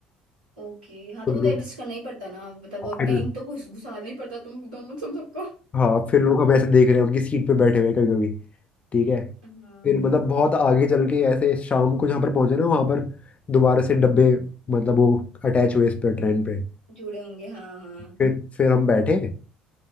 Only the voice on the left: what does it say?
तो
लो-
और
फिर
हाँ फिर लोग हम ऐसे देख रहे हैं उनकी सीट पे बैठे हुए कभी कभी ठीक है
फिर मतलब बहुत आगे चल के ऐसे शाम को जहाँ पर पहुंचे ना वहाँ पर दोबारा से डब्बे मतलब वो अटैच हुए इस पर ट्रेन पे
फिर फिर हम बैठे